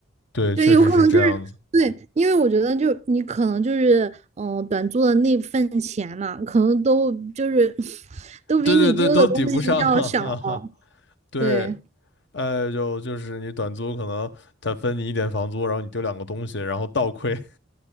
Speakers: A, on the left; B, on the right.
A: 对，
B: 对，
A: 确实是这样子。
B: 有可能就是对，因为我觉得就是你可能就是嗯、呃短租的那份钱嘛，可能都就是 <laughs> 都比你丢的东西要少。
A: 对对对，都抵不上。<laughs> 对，
B: 对
A: 呃，就就是你短租，可能他分你一点房租，然后你丢两个东西，然后倒亏。